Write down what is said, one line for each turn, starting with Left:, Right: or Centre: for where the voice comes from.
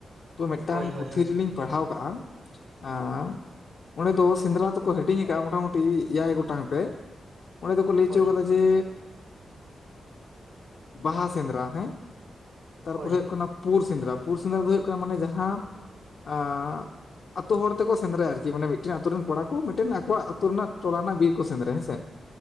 Left: ᱛᱚ ᱢᱤᱫᱴᱟᱱ
Right: ᱦᱳᱭ ᱦᱳᱭ
Left: ᱯᱩᱛᱷᱤ
Right: ᱦᱳᱭ ᱦᱳᱭ
Left: ᱨᱮᱞᱤᱧ ᱯᱟᱲᱦᱟᱣ ᱠᱟᱜ-ᱟ᱾ ᱟᱸ
Right: ᱦᱳᱭ
Left: ᱚᱸᱰᱮ ᱫᱚ ᱥᱮᱸᱫᱽᱨᱟ ᱛᱚᱠᱚ ᱦᱟᱹᱴᱤᱧ ᱟᱠᱟᱜ-ᱟ ᱢᱳᱴᱟᱢᱩᱴᱤ ᱮᱭᱟᱭ ᱜᱚᱴᱟᱝ ᱛᱮ᱾ ᱚᱸᱰᱮ ᱫᱚᱠᱚ ᱞᱟᱹᱭᱪᱚᱣ
Right: ᱦᱳᱭ
Left: ᱠᱟᱫᱟ ᱡᱮ ᱵᱟᱦᱟ ᱥᱮᱸᱫᱽᱨᱟ ᱦᱮᱸ ᱛᱟᱨᱯᱚᱨᱮ
Right: ᱦᱳᱭ
Left: ᱦᱩᱭᱩᱜ ᱠᱟᱱᱟ ᱯᱩᱨ ᱥᱮᱸᱫᱽᱨᱟ᱾ ᱯᱩᱨ ᱥᱮᱸᱫᱽᱨᱟ ᱫᱚ ᱦᱩᱭᱩᱜ ᱠᱟᱱᱟ ᱢᱟᱱᱮ ᱡᱟᱦᱟᱸᱢ ᱟᱸ ᱟᱛᱳ ᱦᱚᱲ ᱛᱮᱠᱚ ᱥᱮᱸᱫᱽᱨᱟᱭᱟ ᱟᱨᱠᱤ᱾ ᱢᱮ ᱢᱟᱱᱮ ᱢᱤᱫᱴᱮᱱ ᱟᱛᱳ ᱨᱮᱱ ᱠᱚᱲᱟ ᱠᱚ ᱢᱤᱴᱮᱱ ᱟᱠᱚᱣᱟᱜ ᱟᱹᱛᱩ ᱨᱮᱱᱟᱜ ᱴᱚᱞᱟ ᱨᱮᱱᱟᱜ ᱵᱤᱨ ᱠᱚ ᱥᱮᱸᱫᱽᱨᱟᱭᱟ ᱦᱮᱸ ᱥᱮ᱾